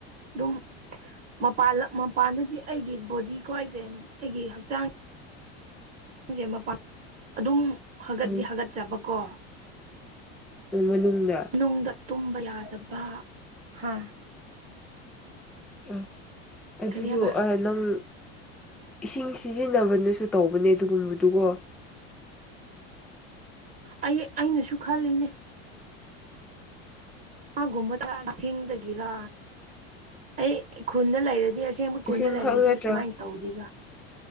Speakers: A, on the right; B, in the centre.
A: ꯑꯗꯨꯝ ꯃꯄꯥꯟ ꯃꯄꯥꯟꯗꯗꯤ ꯑꯩꯒꯤ ꯕꯣꯗꯤꯀꯣ ꯑꯩꯁꯦ ꯑꯩꯒꯤ ꯍꯛꯆꯥꯡ ꯁꯦ ꯃꯄꯥꯡ ꯑꯗꯨꯝ ꯍꯥꯒꯠꯗꯤ
B: ꯎꯝ
A: ꯍꯥꯒꯠꯆꯕꯀꯣ
B: ꯎ ꯃꯅꯨꯡꯗ
A: ꯅꯨꯡꯗ ꯇꯨꯝꯕ ꯌꯥꯗꯕ ꯍꯥ
B: ꯑ ꯑꯗꯨꯁꯨ
A: ꯀꯔꯤ ꯍꯥꯏꯕ
B: ꯅꯪ ꯏꯁꯤꯡ ꯁꯤꯖꯤꯟꯅꯕꯅꯁꯨ ꯇꯧꯕꯅꯦ ꯑꯗꯨꯒꯨꯝꯕꯗꯨꯒꯣ
A: ꯑꯩ ꯑꯩꯅꯁꯨ ꯈꯜꯂꯤꯅꯦ ꯃꯥꯒꯨꯝꯕ ꯇꯥ ꯑꯤꯡꯗꯒꯤꯔ ꯑꯩ ꯈꯨꯟꯗ ꯂꯩꯔꯗꯤ ꯑ ꯑꯁꯦꯡꯕ ꯀꯨꯟꯗ
B: ꯏꯁꯤꯡꯈꯛ
A: ꯂꯩꯔꯗꯤ
B: ꯅꯠꯇ꯭ꯔꯥ
A: ꯁꯨꯃꯥꯏꯅ ꯇꯧꯗꯔꯤꯕ